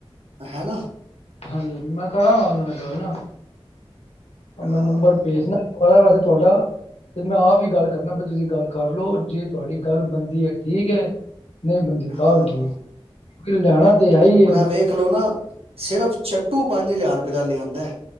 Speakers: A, on the right; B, on the left.
A: ਹੈਨਾ।
B: ਹਾਂਜੀ -ਹਾਂਜੀ ਮੈਂ ਕਰਾਂਗਾ, ਔਨਾਂ ਨਾਲ ਗੱਲ ਨਾ ਮੈਂ
A: ਹਾਂ
B: ਨੰਬਰ ਭੇਜ ਨਾ ਆਯਾ ਵੈਸੇ ਤੁਹਾਡਾ। ਤੇ ਮੈਂ ਆਪ ਈ ਗੱਲ ਕਰਨਾ ਵੀ ਤੁਸੀਂ ਗੱਲ ਕਰ ਲਓ ਜੇ ਤੁਹਾਡੀ ਗੱਲ ਬਣਦੀ ਏ ਠੀਕ ਐ ਨਈ ਬਨਦੀ ਤਾਂ
A: ਹਾਂ
B: ਵੀ ਠੀਕ।
A: ਹਾਂ
B: ਕਿਉਕਿ ਲੈਣਾ ਤੇ ਹੈ ਈਏ ਨ
A: ਵੇਖ ਲਓ ਨਾ ਸਿਰਫ਼ ਚੱਟੂ ਪੰਜ ਹਜ਼ਾਰ ਰਪਏ ਦਾ ਲਿਆਂਦਾ ਐ